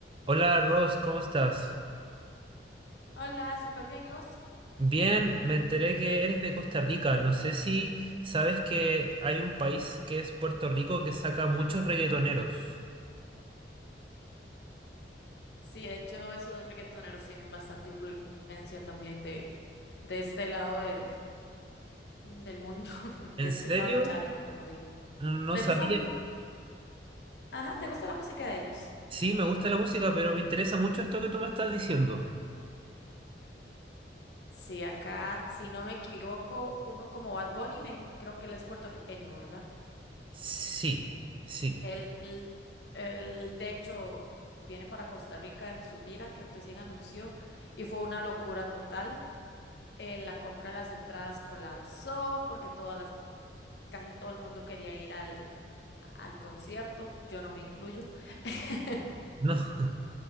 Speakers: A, on the right; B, on the left.
A: Hola Ross, ¿cómo estás?
B: Hola, súper bien, ¿y vos?
A: Bien, me enteré que eres de Costa Rica. No sé si sabes que hay un país que es Puerto Rico que saca muchos reggaetoneros.
B: Sí, de hecho, esos reggaetoneros tienen bastante influencia también de, de este lado del, del mundo, <laughs>
A: ¿En
B: de este
A: serio?
B: lado del charco, como digo.
A: No
B: ¿Te
A: sabía.
B: gustan, ajá, te gusta la música de ellos?
A: Sí, me gusta la música, pero me interesa mucho esto que tú me estás diciendo.
B: Sí, acá, si no me equivoco, uno como Bad Bunny, me, creo que él es puertorriqueño, ¿verdad?
A: Sí, sí.
B: Él, él, él, de hecho, viene para Costa Rica en su gira que recién anunció y fue una locura total. eh, la compra de las entradas colapsó porque todas las casi todo el mundo quería ir al, al concierto, yo no me incluyo, <laughs>
A: No. <laughs>